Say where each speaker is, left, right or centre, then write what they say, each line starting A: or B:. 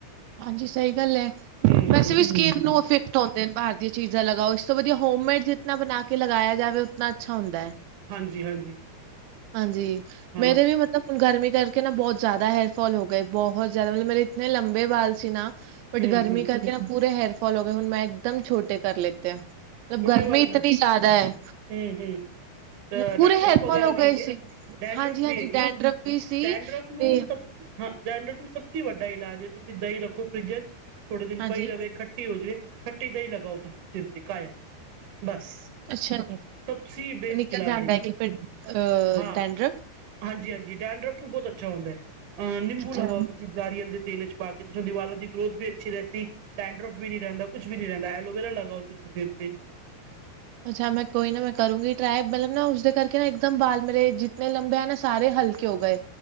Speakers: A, on the right; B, on the right.
A: ਹਾਂਜੀ ਸਹੀ ਗੱਲ ਹੈ
B: ਹੂੰ
A: ਵੈਸੇ
B: ਹੂੰ
A: ਵੀ ਸਕੀਮ ਦੋ ਫਿਰ ਬਾਹਰ ਦੀਆਂ ਚੀਜ਼ਾਂ ਇਸ ਤੋਂ ਵਧੀਆ ਹੋਮਮੇਡ ਜਿਤਨਾ ਬਣਾ ਕੇ ਲਗਾਇਆ ਜਾਵੇ ਉਤਨਾ ਅੱਛਾ ਹੁੰਦਾ ਹੈ।
B: ਹਾਂਜੀ ਹਾਂਜੀ।
A: ਹਾਂਜੀ
B: ਹਾਂ
A: ਮੇਰੇ ਵੀ ਹੁਣ ਗਰਮੀ ਕਰਕੇ ਨਾ, ਬਹੁਤ ਜ਼ਿਆਦਾ ਹੇਅਰਫੌਲ ਹੋ ਗਏ। ਬਹੁਤ ਜ਼ਿਆਦਾ! ਮਤਲਬ, ਮੇਰੇ ਇਤਨੇ ਲੰਬੇ ਬਾਲ ਸੀ ਨਾ ਬਟ
B: ਹੂੰ
A: ਗਰਮੀ
B: ਹੂੰ
A: ਕਰਕੇ ਨਾ ਪੂਰੇ ਹੇਅਰਫੋਲ ਹੋ ਗਏ, ਹੁਣ ਮੈਂ ਇੱਕਦਮ ਛੋਟੇ ਕਰ ਲਿੱਤੇ। ਮਤਲਬ
B: ਛੋਟੇ
A: ਗਰਮੀ
B: ਵਾਲ
A: ਇਤਨੀ
B: ਕਰ
A: ਜ਼ਿਆਦਾ ਐ,
B: ਹੂੰ ਹੂੰ
A: ਪੂਰੇ
B: ਡੈਂਡਰਫ
A: ਹੇਅਰਫੌਲ
B: ਵਗੈਰਾ
A: ਹੋ ਗਏ
B: ਵੀ ਹੈਗੇ
A: ਸੀ,
B: ਡੈਂਡਰਫ
A: ਹਾਂਜੀ-ਹਾਂਜੀ
B: ਵੀ ਹੈਗੇ
A: ਡੈਂਡ੍ਰਫ ਵੀ ਸੀ,
B: ਡੈਂਡਰਫ ਨੂੰ
A: ਤੇ
B: ਸਭ ਹਾਂ, ਡੈਂਡ੍ਰਫ ਨੂੰ ਸਭ ਸੇ ਵੱਡਾ ਇਲਾਜ ਏ, ਤੁਸੀਂ ਦਹੀਂ ਰੱਖੋ ਫਰਿੱਜ'ਚ ਥੋੜੇ ਦਿਨ
A: ਹਾਂਜੀ,
B: ਪਈ ਰਵੇ, ਖੱ ਖਟੀ ਹੋ ਜਾਵੇ ਖੱਟੀ ਦਾ ਹੀ ਲਗਾਓ ਤੁਸੀਂ ਸਿਰ ਤੇ ਕਾਇਮ ਬਸ
A: ਅੱਛਾ ਜੀ
B: ਸਭ ਸੇ ਬੇਸਟ
A: ਨਿਕਲ
B: ਇਲਾਜ
A: ਜਾਂਦਾ ਹੈ ਫਿਰ
B: ਹਾਂ
A: ਡੈਂਡਰਵ
B: ਹਾਂਜੀ ਹਾਂਜੀ, ਡੈਨਡਰਫ ਨੂੰ ਬਹੁਤ ਅੱਛਾ ਹੁੰਦਾ ਅਹ ਨਿੰਬੂ
A: ਅੱਛਾ।
B: ਲਗਾਓ ਤੁਸੀਂ ਨਾਰੀਅਲ ਦੇ ਤੇਲ ਚ ਪਾ ਕੇ ਤੁਹਾਡੇ ਵਾਲਾਂ ਦੀ ਗਰੋਥ ਵੀ ਅੱਛੀ ਰਹਿੰਦੀ। ਡੈਂਡਰੋਫ ਵੀ ਨਹੀਂ ਰਹਿੰਦਾ ਕੁਛ ਵੀ ਨੀ ਰਹਿੰਦਾ ਐਲੋਵੇਰਾ ਲਗਾਓ ਤੁਸੀਂ ਸਿਰ ਤੇ
A: ਅੱਛਾ ਮੈਂ ਕੋਈ ਨਾ ਮੈਂ ਕਰੂੰਗੀ ਟਰਾਈ ਮਤਲਬ ਨਾ ਉਸਦੇ ਕਰਕੇ ਨਾ ਇੱਕਦਮ ਬਾਲ ਮੇਰੇ ਜਿਨੇ ਲੰਬੇ ਹੈ ਨਾ ਸਾਰੇ ਹਲਕੇ ਹੋ ਗਏ